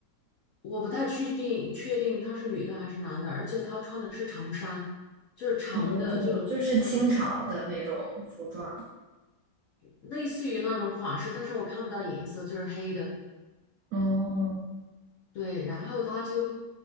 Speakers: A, on the left; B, on the right.
A: 我不太确定，确定她是女的还是男的，而且她穿的是长衫，就是长的，
B: 哦，
A: 就长，
B: 就是清朝的那种服装。
A: 类似于那种款式，但是我看不到颜色，就是黑的。
B: 哦，
A: 对，然后他就，